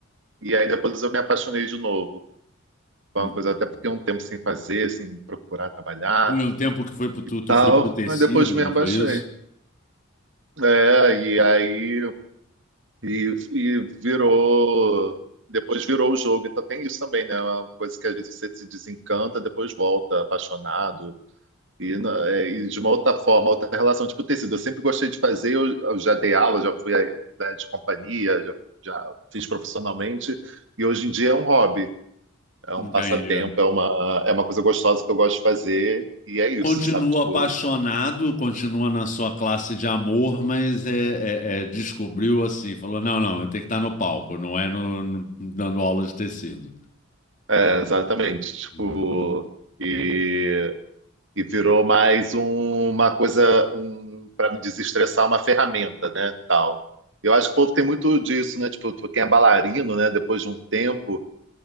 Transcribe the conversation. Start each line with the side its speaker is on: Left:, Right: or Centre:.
Right: e aí depois eu me apaixonei de novo. Foi
Left: Entendi.
Right: uma coisa até porque um tempo sem fazer, sem procurar trabalhar,
Left: Foi um tempo que foi pro, tu, tu
Right: tal.
Left: foi pro tecido,
Right: Aí depois me
Left: não
Right: abaixei.
Left: foi isso?
Right: É, e aí e, e virou, depois virou o jogo. Então tem isso também, né? é Uma coisa que às vezes você se desencanta, depois volta apaixonado. E, na- é, e de uma outra forma, outra relação, tipo tecido. Eu sempre gostei de fazer, eu, eu já dei aula, já fui eh, da de companhia, já, já fiz profissionalmente, e hoje em dia é um hobby, é um
Left: Entendi.
Right: passatempo,
Left: é.
Right: é uma, é uma coisa gostosa que eu gosto de fazer, e é isso,
Left: Continua
Right: sabe? Tipo,
Left: apaixonado, continua na sua classe de amor, mas é, é- é, descobriu assim, falou, não, não, eu tenho que estar no palco, não é no, no- dando aula de tecido.
Right: é, exatamente. Tipo,
Left: Hum.
Right: e, e virou mais um- uma coisa, um, para me desestressar, uma ferramenta, né? Tal. Eu acho que o povo tem muito disso, né? Tipo, quem é bailarino, né? Depois de um tempo.